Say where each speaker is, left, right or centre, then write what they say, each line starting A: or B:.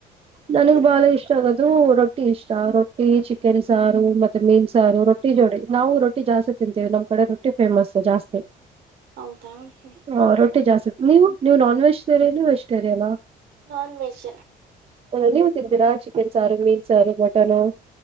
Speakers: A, on the right; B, on the right.
A: ನನಗ್
B: ಊಟ
A: ಬಾಳ ಇಷ್ಟ ಇಷ್ಟ ಆಗೋದು ರೊಟ್ಟಿ ಇಷ್ಟ ರೊಟ್ಟಿ ಚಿಕನ್ ಸಾರು ಮತ್ತೆ ಮೀನ್ ಸಾರು ರೊಟ್ಟಿ ಜೋಡಿ ನಾವು ರೊಟ್ಟಿ ಜಾಸ್ತಿ ತಿಂತೀವಿ ನಮ್ಮ್ ಕಡೆ ರೊಟ್ಟಿ ಫೇಮಸ್ ಜಾಸ್ತಿ.
B: ಹೌದಾ ಹೂ.
A: ಹಾ ರೊಟ್ಟಿ ಜಾಸ್ತಿ ನೀವು ನೀವು ನಾನ್ ವೆಜಿಟೇರಿಯನಾ ವೆಜಿಟೇರಿಯನಾ?
B: ನಾನ್ ವೆಜ್.
A: ನೀವು ತಿಂತೀರಾ ಚಿಕನ್ ಸಾರು ಮೀನ್ ಸಾರು ಮಟನು?